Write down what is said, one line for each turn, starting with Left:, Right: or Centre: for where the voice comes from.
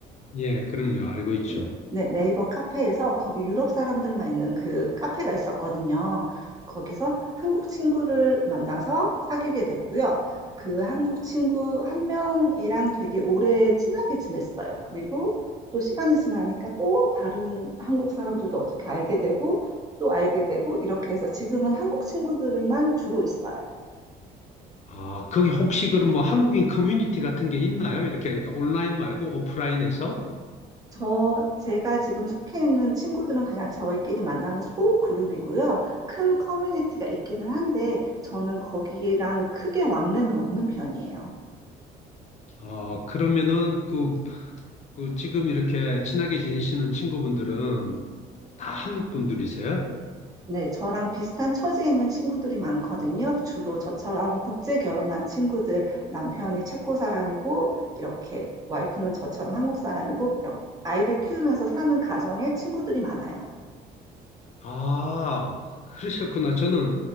Left: 예, 그럼요. 알고 있죠.
Right: 네, 네, 네이버 카페에서 거기 유럽 사람들만 있는 그 카페가 있었거든요. 거기서 한국 친구를 만나서 사귀게 됐고요. 그 한국 친구 한 명이랑 되게 오래 친하게 지냈어요. 그리고 또 시간이 지나니까 또 다른 한국 사람들도 어떻게 알게 되고 또 알게 되고 이렇게 해서 지금은 한국 친구들만 주로 있어요.
Left: 아, 거기 혹시 그럼 뭐 한국인 커뮤니티 같은 게 있나요? 이렇게 하니까 온라인 말고 오프라인에서?
Right: 저, 제가 지금 속해 있는 친구들은 그냥 저희끼리 만나는 소 그룹이고요. 큰 커뮤니티가 있기는 한데, 저는 거기랑 크게 왕래는 없는 편이에요.
Left: 아, 그러면은 그 그 지금 이렇게 친하게 지내시는 친구분들은 다 한국 분들이세요?
Right: 네, 저랑 비슷한 처지에 있는 친구들이 많거든요. 주로 저처럼 국제 결혼한 친구들, 남편이 체코 사람이고, 이렇게 와이프는 저처럼 한국 사람이고, 이렇게 아이들 키우면서 사는 가정의 친구들이 많아요.
Left: 아, 그러셨구나. 저는